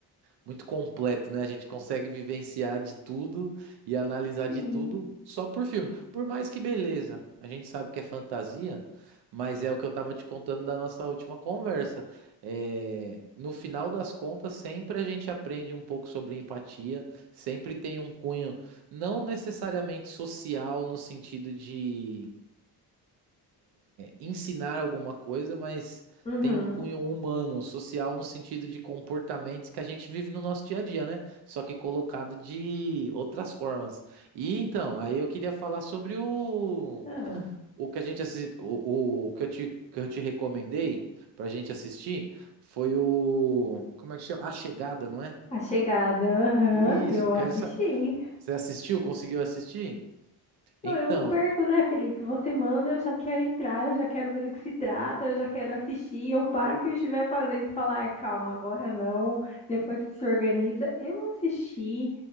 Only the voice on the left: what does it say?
Sim.
Uhum.
Ah,
A chegada, aham,
eu
assisti.
Não, eu não perco, né, Felipe? Você manda, eu já quero entrar, eu já quero ver do que se trata, eu já quero assistir. Eu paro o que eu estiver fazendo e falar, "Ah, calma, agora não. Depois você se organiza. Eu assisti.